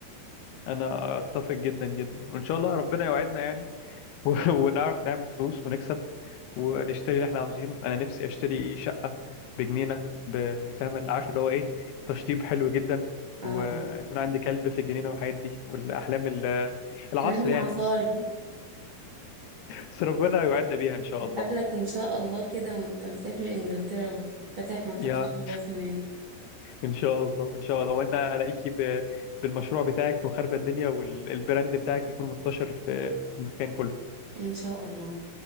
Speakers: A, on the left (about 80°); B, on the right (about 40°).
A: انا اتفق جدا جدا وان شاء الله ربنا يوعدنا يعني <laughs> و- ونعرف نعمل فلوس ونكسب ونشتري اللي احنا عاوزينه انا نفسي اشتري شقة بجنينة بفاهم عارف اللي هو ايه تشطيب حلو جدا
B: اه
A: ويكون
B: اه
A: عندي كلب في الجنينة والحاجات دي والاحلام ال- العصر
B: كلام العصاري
A: يعني بس بس ربنا يوعدنا بيها ان شاء الله
B: قبلك ان شاء الله كده وانت مسافر انجلترا وفاتح مكتب
A: يا
B: تشطيبات هناك
A: ان شاء الله ان شاء الله وانا الاقيكي ب- بالمشروع بتاعك وخربة الدنيا والبراند بتاعك يكون منتشر في في المكان كله
B: ان شاء الله